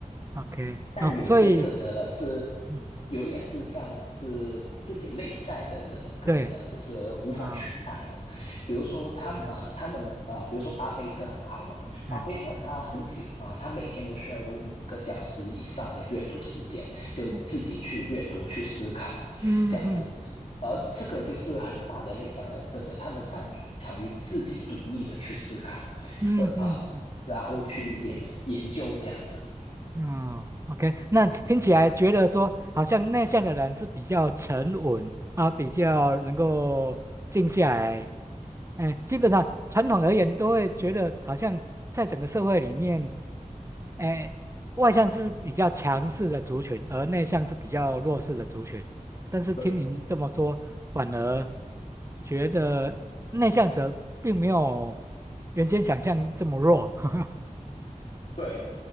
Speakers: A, on the right; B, on the left.
A: ，OK，
B: 但有些特质呢，
A: 哦，所以，
B: 是
A: 嗯
B: 有点是像是自己内在的人格这样子是无法取代的。
A: 对，啊，
B: 比如说他啊、
A: 嗯
B: 呃他们啊、呃比如说巴菲特啊好了，巴菲特他很喜啊、
A: 嗯
B: 呃他每天都需要有五个小时以上的阅读时间，就自己去阅读、
A: 嗯
B: 去思考
A: 嗯嗯
B: 这样子。而这个就是很大的内向的特质，他们擅长于自己独立的去思考，
A: 嗯嗯嗯。
B: 或啊、呃然后去研研究这样子。
A: 哦，OK，那听起来觉得说，好像内向的人是比较沉稳啊，比较能够静下来。哎，基本上传统而言，都会觉得好像在整个社会里面，哎，外向是比较强势的族群，而内向是比较弱势的族群。但是听您这么说，
B: 对，
A: 反而觉得内向者并没有原先想象这么弱。<laughs>
B: 对，